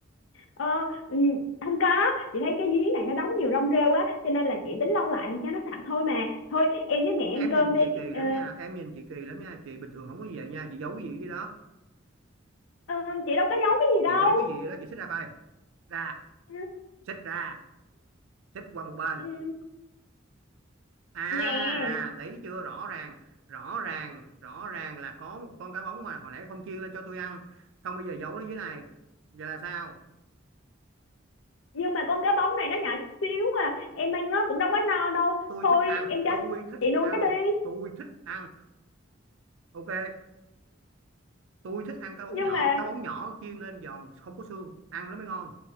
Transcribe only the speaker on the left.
ờ, ừ, không có chị thấy cái giếng này nó đóng nhiều rong rêu á cho nên là chị tính lau lại cho nó sạch thôi mà thôi em với mẹ
ăn cơm
đi
Ờ,
ờ, chị đâu có giấu cái gì đâu
Ừ,
ừ,
nè
nhưng mà con cá bóng này nó nhỏ chút xíu à em ăn nó cũng đâu có no đâu
thôi
em cho
chị nuôi
nó đi
nhưng
mà